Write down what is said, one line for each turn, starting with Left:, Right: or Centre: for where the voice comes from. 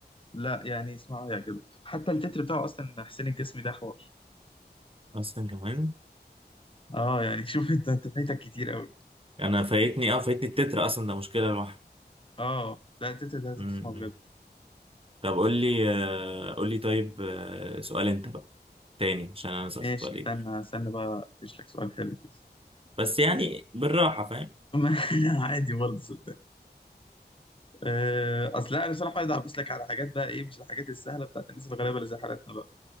Left: لا يعني اسمعه يعجبك حتى التتر بتاعه أصلا حسين الجسمي ده حوار
Right: أصلا كمان
Left: اه يعني شوف انت انت فايتك كتير قوي
Right: انا فايتني اه فايتني التتر اصلا ده مشكله لوحده
Left: اه ده التتر ده لازم
Right: مم.
Left: تسمعه بجد
Right: طب قول لي آه، قول لي طيب آه، سؤال انت بقى تاني عشان انا سألت
Left: ماشي
Right: عليك
Left: استنى استنى بقى افيش لك سؤال حلو كده
Right: بس يعني بالراحة فاهم
Left: <laughs> لا عادي برضه صدق آه، اصل لا، انا صراحه عايز اعبس لك على حاجات بقى ايه مش الحاجات السهله بتاعت الناس الغلابه اللي زي حالتنا بقى